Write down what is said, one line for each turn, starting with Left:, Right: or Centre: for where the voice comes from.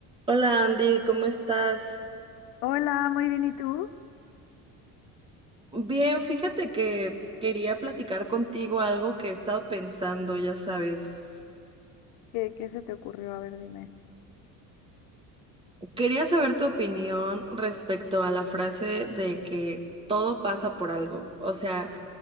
Right: Hola Andy, ¿cómo estás?
Left: Hola, muy bien. ¿Y tú?
Right: Bien, fíjate que quería platicar contigo algo que he estado pensando, ya sabes.
Left: ¿Qué, qué se te ocurrió? A ver, dime.
Right: Quería saber tu opinión respecto a la frase de que todo pasa por algo. O sea,